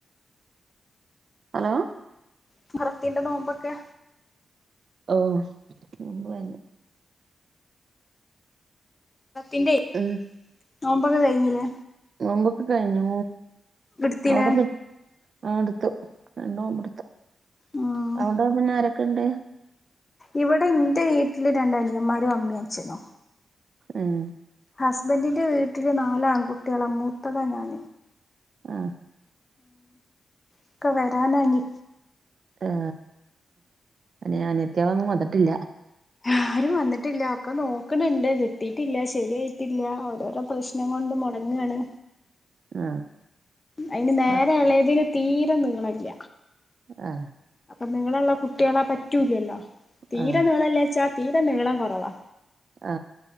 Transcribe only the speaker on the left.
മുഹറത്തിന്റെ നോമ്പൊക്കെ
റത്തിന്റെ
നോമ്പൊക്കെ കഴിഞ്ഞില്ലേ
ഇടുത്തിലെ
ഉം
ഇവിടെ എറെ വീട്ടില് രണ്ട് അനിയന്മാരോ അമ്മിയ അച്ഛനോ
ഹസ്ബൻഡിന്റെ വീട്ടില് നാലാം ആൺകുട്ടികള മൂത്തത് ഞാൻ
ഇക്ക വരാനായി
ആരും വന്നിട്ടില്ല ഒക്കെ നോക്കണണ്ട് കിട്ടിട്ടില്ല ശരിയായിട്ടില്ല ഓരോരോ പ്രശ്നങ്ങ കൊണ്ട് മുടങ്ങയാണ്
അയിന് നേരെ
യെളയതന് തീരെം നീളില്ല
അപ്പൊ നിങ്ങളുള്ള കുട്ടികളെ പറ്റൂല്ലല്ലോ തീരെ
നീളംല്ലാച്ചാ തീരെ നീളം കുറവാ